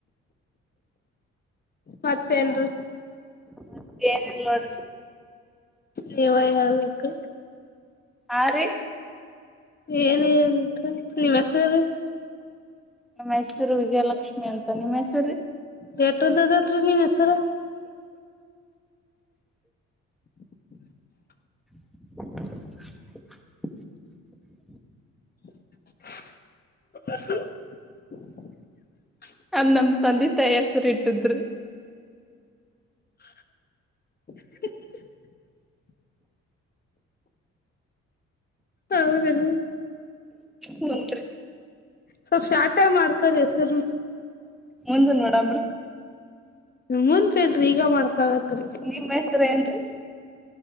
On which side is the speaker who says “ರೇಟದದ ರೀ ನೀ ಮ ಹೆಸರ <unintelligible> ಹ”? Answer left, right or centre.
Left